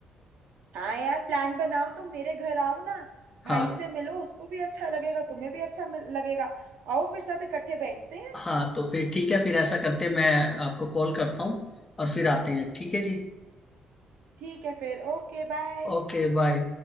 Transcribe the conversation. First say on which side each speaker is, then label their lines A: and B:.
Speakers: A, on the right; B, on the left.
A: हाँ यार प्लान बनाओ तुम मेरे घर आओ ना भाई
B: हाँ
A: से मिलो उसको भी अच्छा लगेगा तुम्हें भी अच्छा मिल- लगेगा आओ फिर सब इकट्ठे बैठते हैं
B: हाँ तो फिर ठीक है फिर ऐसा करते हैं मैं आपको कॉल करता हूँ और फिर आते हैं ठीक है जी
A: ठीक है फिर Okay bye
B: Okay bye